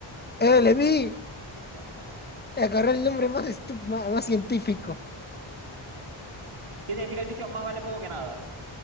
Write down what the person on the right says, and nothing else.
Demonios.
¿Qué significa el dicho? Más vale poco que nada.